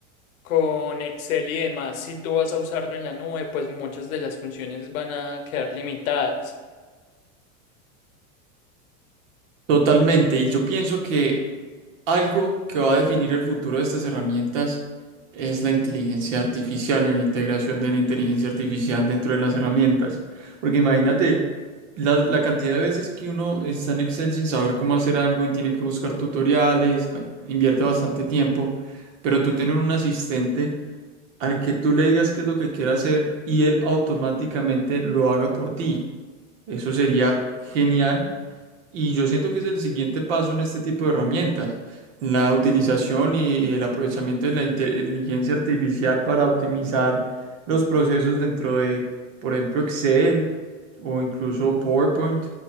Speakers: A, on the left (about 75°); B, on the right (about 65°).
A: con Excel y demás, si tú vas a usarlo en la nube, pues muchas de las funciones van a quedar limitadas.
B: Totalmente. Y yo pienso que Algo que va a definir el futuro de estas herramientas es la inteligencia artificial y la integración de la inteligencia artificial dentro de las herramientas. Porque imagínate la, la cantidad de veces que uno está en Excel sin saber cómo hacer algo y tiene que buscar tutoriales, bueno, invierte bastante tiempo, pero tú tienes un asistente al que tú le digas qué es lo que quiere hacer y él automáticamente lo haga por ti. Eso sería genial y yo siento que es el siguiente paso en este tipo de herramientas, la utilización y el aprovechamiento de la inteligencia artificial para optimizar los procesos dentro de, por ejemplo, Excel o incluso PowerPoint,